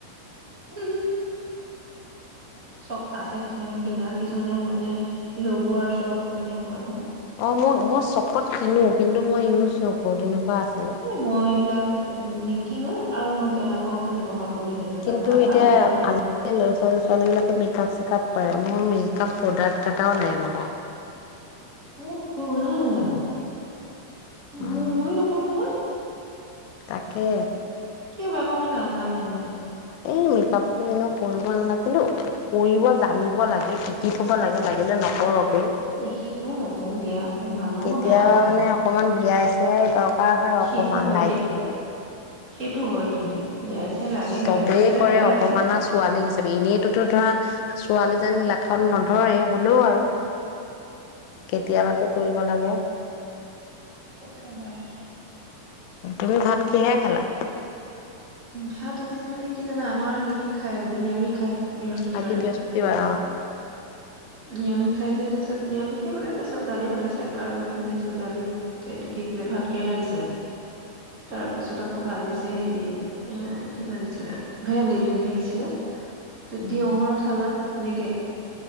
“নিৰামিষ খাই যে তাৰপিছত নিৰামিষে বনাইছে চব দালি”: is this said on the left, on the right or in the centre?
Right